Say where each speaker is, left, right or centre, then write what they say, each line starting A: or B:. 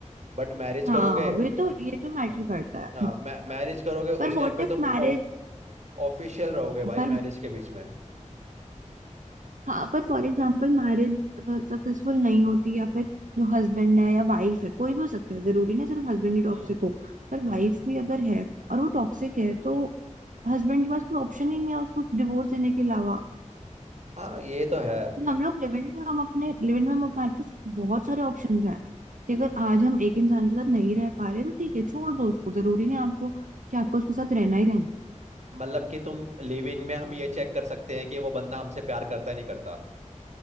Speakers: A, on the right; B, on the right.
A: बट मैरिज
B: हाँ
A: करोगे
B: वे तो ये तो मैटर
A: हाँ
B: करता है
A: हाँ,
B: हाँ
A: मै मैरिज करोगे उस
B: पर व्हाट
A: टाइम पे तुम
B: इफ मैरिज
A: ऑफ ऑफिशियल रहोगे भाई
B: पर
A: मैरिज के बीच में
B: हाँ पर फॉर एग्जांपल मैरिज सक्सेसफुल नहीं होती या फिर जो हस्बैंड है या वाइफ है कोई भी हो सकता है जरूरी नहीं सिर्फ हस्बैंड ही टॉक्सिक
A: हम्म
B: हो पर
A: हम्म
B: वाइफ भी अगर है और वो टॉक्सिक है तो हस्बैंड के पास कोई ऑप्शन ही नहीं है उसको डिवोर्स देने के अलावा
A: हाँ ये तो है
B: और हम लोग लिव इन में हम अपने लिव इन में हम हमारे पास बहुत सारे ऑप्शंस हैं कि अगर आज हम एक इंसान के साथ नहीं रह पा रहे तो ठीक है छोड़ दो उसको जरूरी नहीं आपको कि आपको उसके साथ रहना ही रहना
A: मतलब कि तुम लिव इन में हम ये चेक कर सकते हैं कि वो बंदा हमसे प्यार करता है नहीं करता